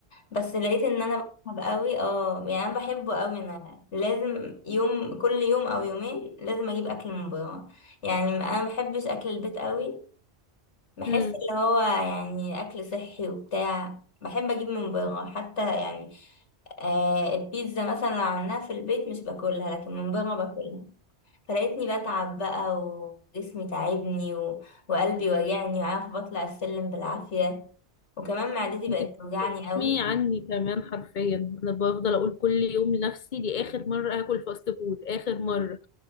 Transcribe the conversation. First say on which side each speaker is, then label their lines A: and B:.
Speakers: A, on the left; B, on the left.
A: بس لقيت ان انا بحب قوي اه يعني انا بحبه قوي انا لازم يوم كل يوم او يومين لازم اجيب اكل من بره يعني انا ما بحبش اكل البيت قوي بحس
B: بجد
A: اللي هو يعني اكل صحي وبتاع بحب اجيب من بره حتى يعني آه البيتزا مثلا لو عملناها في البيت مش باكلها لكن من بره باكلها فلقيتني بتعب بقى وجسمي تعبني و... وقلبي وجعني وعارفه بطلع السلم بالعافيه وكمان معدتي بقت
B: انت بتتكلمي
A: توجعني قوي
B: عني كمان حرفيا انا بفضل اقول كل يوم لنفسي دي اخر مره هاكل فاست فود اخر مره